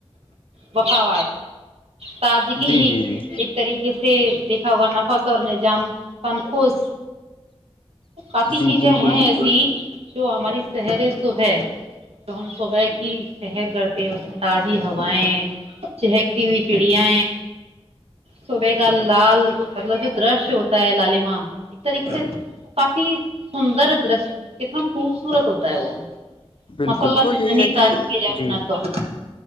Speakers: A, on the right; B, on the left.
A: وفا تازگی
B: جی جی جی
A: ایک طریقے سے دیکھا ہوگا نفس اور نظام فن خوش کافی
B: جی
A: چیزیں
B: بالکل
A: ہیں ایسی جو ہماری سحریں صبح جو ہم صبح کی سیر کرتے ہیں اس میں تازی ہوائیں چہکتی ہوئی چوڑیاں صبح کا لال مطلب جو درش ہوتا ہے لالی ایک طریقے سے کافی سندر درش کتنا خوبصورت ہوتا ہے وہ
B: بالکل
A: مساللہ
B: تو
A: جتنی
B: یہی ہے
A: تعریف
B: کہ
A: کی جائے اتنا
B: جی
A: کم